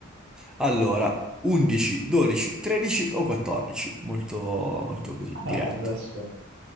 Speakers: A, in the centre; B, on the right.
A: Allora, 11, 12, 13 o 14? Molto, molto così,
B: <laughs>
A: diretto.
B: Ah, adesso